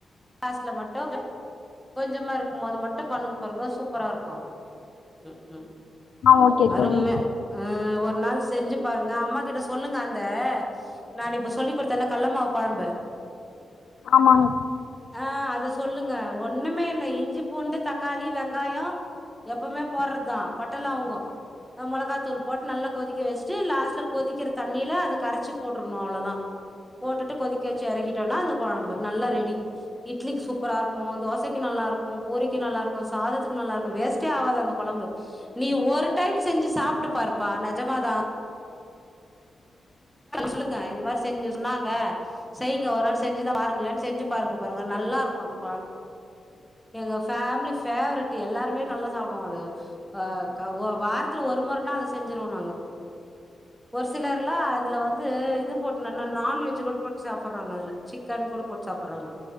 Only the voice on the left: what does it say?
ஆ ஓகே
தோழி
ஆமாங்